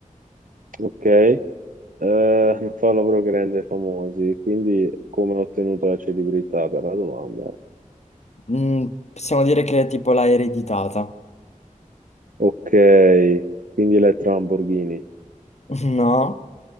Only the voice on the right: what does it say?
ok. Eh, non fa un lavoro che rende famosi, quindi come ha ottenuto la celebrità per la domanda?
Ok, quindi Elettra Lamborghini.